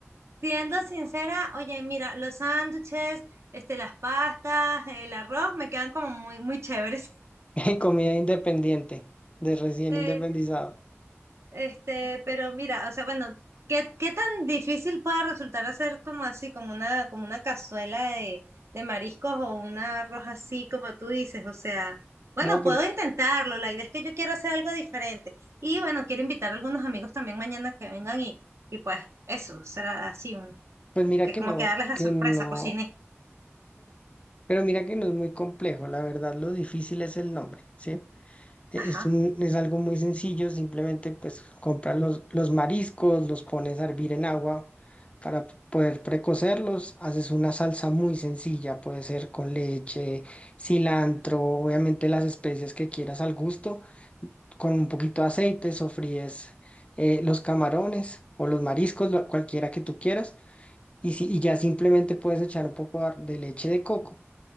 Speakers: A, on the right; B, on the left.
A: Siendo sincera, oye, mira, los sándwiches, este, las pastas, el arroz me quedan como muy, muy chéveres. <laughs>
B: <laughs> comida independiente, de recién
A: Eh,
B: independizado.
A: este, pero mira, o sea, bueno, ¿qué, qué tan difícil puede resultar hacer como así, como una, como una cazuela de, de mariscos o un arroz así, como tú dices? O sea, bueno,
B: No, pero
A: puedo intentarlo. La idea es que yo quiero hacer algo diferente. Y bueno, quiero invitar a algunos amigos también mañana que vengan y, y pues eso, será así, un-
B: pues mira
A: que
B: que
A: como
B: no,
A: que darles la
B: que
A: sorpresa,
B: no.
A: cociné.
B: Pero mira que no es muy complejo, la verdad lo difícil es el nombre, ¿sí? E-
A: Ajá.
B: Es un, es algo muy sencillo, simplemente pues compras los, los mariscos, los pones a hervir en agua para poder precocerlos, haces una salsa muy sencilla, puede ser con leche, cilantro, obviamente las especias que quieras al gusto, con un poquito de aceite sofríes eh, los camarones o los mariscos, lo- cualquiera que tú quieras, y, si, y ya simplemente puedes echar un poco de de leche de coco